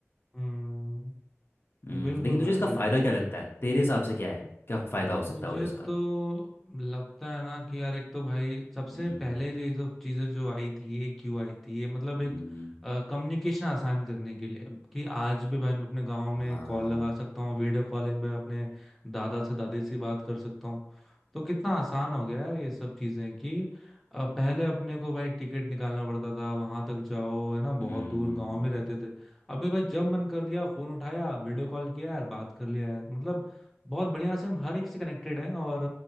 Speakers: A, in the centre; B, on the left.
A: हम्म
B: हम्म,
A: बिल्कुल
B: लेकिन तुझे
A: भाई
B: इसका फायदा
A: बिल्कुल
B: क्या लगता है तेरे हिसाब से क्या है क्या फायदा हो सकता
A: मुझे
B: है और इसका
A: तो लगता है ना कि यार एक तो भाई सबसे
B: हम्म,
A: पहले ये जो चीजें जो आई थी ये क्यों आई थी ये मतलब
B: हम्म,
A: एक कम्युनिकेशन आसान करने के लिए कि आज भी भाई मैं अपने गांव में
B: हाँ
A: कॉल लगा सकता हूँ वीडियो कॉलिंग पे अपने दादा से दादी से बात कर सकता हूँ तो कितना आसान हो गया यार ये सब चीजें कि अ, पहले अपने को भाई टिकट निकालना पड़ता था वहां तक जाओ है ना
B: हम्म,
A: बहुत दूर गांव में रहते थे अभी भाई जब मन कर लिया फोन उठाया वीडियो कॉल किया यार बात कर लिया यार मतलब बहुत बढ़िया से हम हर एक से कनेक्टेड हैं और